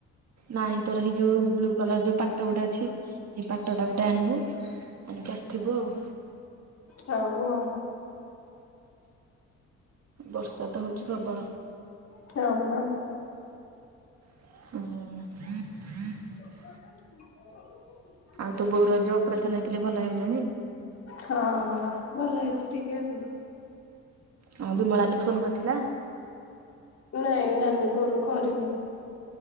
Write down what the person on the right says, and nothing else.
ନାଇଁ ତୋର ସେଇ ଯୋଉ ବ୍ଲୁ କଲର ଯୋଉ ପାଟ ଗୋଟେ ଅଛି, ସେଇ ପାଟଟା ଗୋଟେ ଆଣିବୁ। ଆମେ ଆସଥିବୁ ଆଉ
ବର୍ଷା ତ ହଉଚି ପ୍ରବଳ।
ହୁଁ।
ଆଉ ତୋ ବୋଉର ଯୋଉ ଅପରେସନ ହେଇଥିଲେ ଭଲ ହେଇଗଲେଣି?
ହଁ ବିମଳାନୀ ଫୋନ୍ କରିଥିଲା?